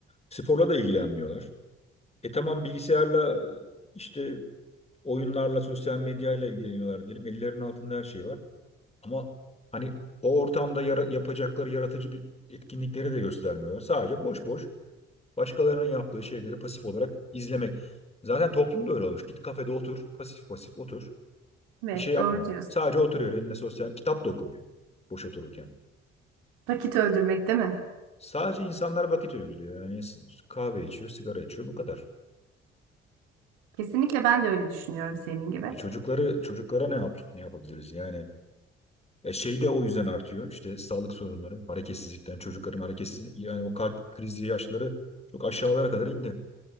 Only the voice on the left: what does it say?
sporla da ilgilenmiyorlar. E tamam bilgisayarla işte oyunlarla sosyal medyayla ilgileniyorlar diyelim. Ellerinin altında her şey var. Ama hani o ortamda yara- yapacakları yaratıcı bir etkinlikleri de göstermiyorlar. Sadece boş boş başkalarının yaptığı şeyleri pasif olarak izlemek. Zaten toplumda öyle olmuş. Git kafede otur, pasif pasif otur.
Bir şey yapma.
Sadece oturuyor eline sosyal kitap da okumuyor boş otururken.
Sadece insanlar vakit öldürüyor. Yani s- kahve içiyor, sigara içiyor bu kadar.
E çocukları çocuklara ne yap ne yapabiliriz? Yani E, şey de o yüzden artıyor. İşte sağlık sorunları, hareketsizlikten, çocukların hareketsiz yani o kalp krizi yaşları çok aşağılara kadar indi.